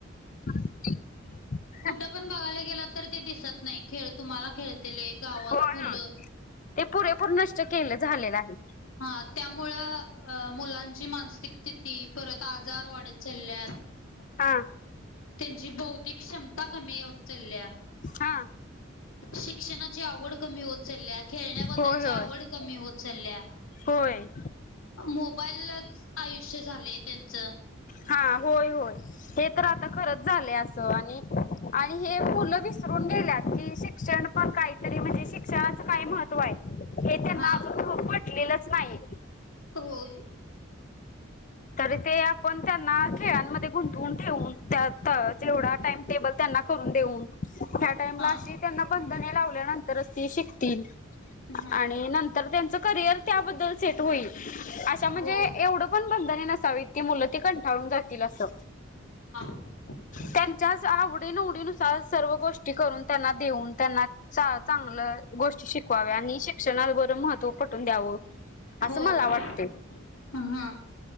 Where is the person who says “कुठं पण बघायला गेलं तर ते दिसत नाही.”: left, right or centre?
Left